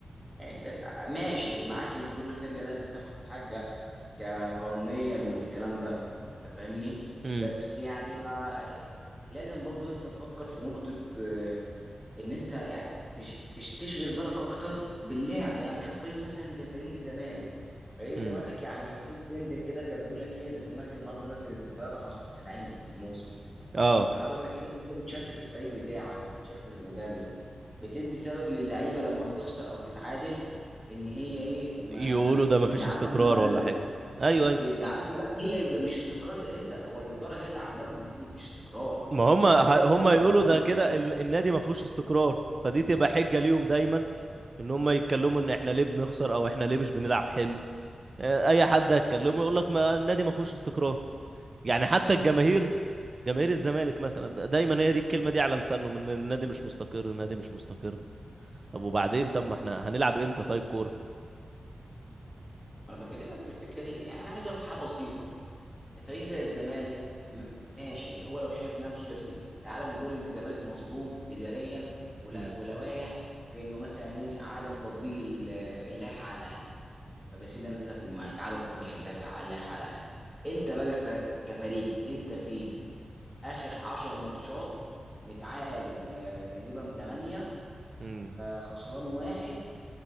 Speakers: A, in the centre; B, on the right (about 30°).
A: يعني انت ماشي معاك ان كل فرقة لازم تاخد حاجة ك- قانونيا والكلام ده انت فاهمني
B: امم
A: بس يعني ما لازم برضو انت تفكر في نقطة اه، ان انت يعني تش- تش- تشغل بالك اكتر باللعب يعني بشوف فريق مثلا زي فريق الزمالك فريق الزمالك
B: امم
A: يعني في ترند كده كان بيقول لك ايه ده الزمالك النهارده نزل البيار رقم 75 في الموسم
B: اه
A: طب حضرتك انت كده بتشتت الفريق بتاعك بتشتت المدرب بتدي سبب للعيبه لما بتخسر او تتعادل ان هي ايه ما
B: يقولوا
A: <laughs>
B: ده
A: يبقى
B: مفيش
A: عندها
B: استقرار
A: مبرر
B: ولا حاجه ايوه
A: طب
B: ايوه
A: يبقى عندها لا هي يبقى مش استقرار ده انت والاداره هي اللي عامله لهم يكون ما فيش استقرار
B: ما هم
A: انت بتدي سبب
B: هم يقولوا
A: للعيبة.
B: ده كده ال- النادي ما فيهوش استقرار فدي تبقى حجه ليهم دايما ان هم يتكلموا ان احنا ليه بنخسر او احنا ليه مش بنلعب حلو آه، اي حد هيتكلمه يقول لك ما النادي ما فيهوش استقرار يعني حتى الجماهير جماهير الزمالك مثلا د- دايما هي دي الكلمه دي على لسانهم ان النادي مش مستقر النادي مش مستقر طب وبعدين طب ما احنا هنلعب امتى طيب كوره
A: ما انا بكلمك في الفكره دي يعني انا عايز اقول لك حاجه بسيطه فريق زي الزمالك ماشي هو لو شايف نفسه يا سيدي تعال نقول ان الزمالك مظلوم اداريا ولا
B: امم
A: ولوايح في انه مثلا ايه عدم تطبيق ال- اللائحه على الاهلي طب يا سيدي انا اتفق معاك عدم تطبيق اللائحه اللائحه على الاهلي انت بقى ف... كفريق انت فين اخر 10 ماتشات متعادل آه، تقريبا 8
B: امم
A: خسران واحد